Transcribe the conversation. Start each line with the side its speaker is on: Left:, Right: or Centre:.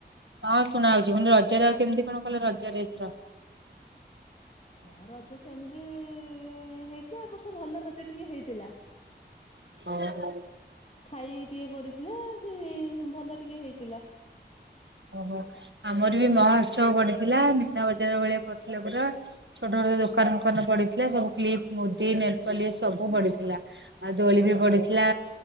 Right: ହଁ ଶୁଣା ଯାଉଛି ରଜରେ ଆଉ କେମିତି
Left: ହଁ।
Right: କଣ କଲ ରଜରେ ୍ର
Left: ହଁ ରଜ ସେମିତି ହେଇଥିଲା ଏବ ବର୍ଷ ଭଲ ରଜ ଟିକେ ହେଇଥିଲା
Right: ହଁ ହ
Left: ଖାଇ ଟିକେ ପଡିଥିଲା ସେ ଭଲ ଟିକେ ହେଇଥିଲା
Right: ଓହୋ ଆମର ବି ମହୋତ୍ସବ ପଡିଥିଲା ମିନା ବଜାର ଭଳିଆ ପଡିଥିଲା ପୁରା ଛୋଟ ଛୋଟ ଦୋକାନ ଫୋକାନ ପଡିଥିଲା ସବୁ କ୍ଲିପ ମୁଦି ନେଟପଲି ସବୁ ପଡିଥିଲା ଆଉ। ଦୋଳି ବି ପଡିଥିଲା